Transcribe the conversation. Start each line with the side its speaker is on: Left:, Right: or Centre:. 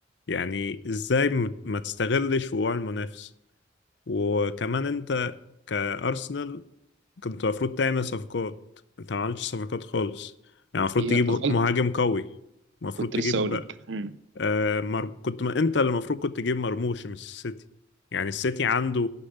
Left: يعني إزاي م- ما تستغلش وقوع المنافس وكمان أنت كأرسنال كنت المفروض تعمل صفقات أنت ما عملتش صفقات خالص يعني المفروض
Right: هي
Left: تجيب
Right: غلط
Left: مهاجم قوي المفروض
Right: كنت
Left: تجيب
Right: لسه اقول لك مم.
Left: آه، مر... كنت ما... انت اللي المفروض كنت تجيب مرموش مش السيتي يعني السيتي عنده